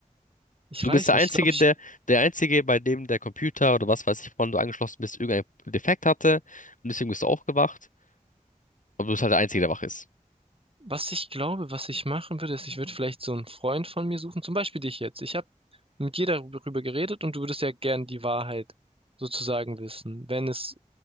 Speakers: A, on the right; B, on the left.
A: Ich
B: Du
A: weiß
B: bist der
A: nicht.
B: Einzige,
A: Ich glaube, ich,
B: der, der Einzige, bei dem der Computer oder was weiß ich, woran du angeschlossen bist, irgendein Defekt hatte. Und deswegen bist du aufgewacht. Aber du bist halt der Einzige, der wach ist.
A: was ich glaube, was ich machen würde, ist, ich würde vielleicht so einen Freund von mir suchen. Zum Beispiel dich jetzt. Ich habe mit dir darüber geredet und du würdest ja gern die Wahrheit sozusagen wissen, wenn es